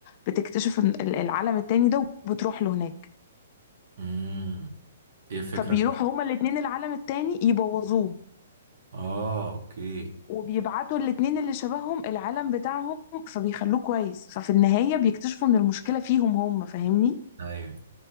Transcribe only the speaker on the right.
امم ايه الفكره
اه اوكي
ايوه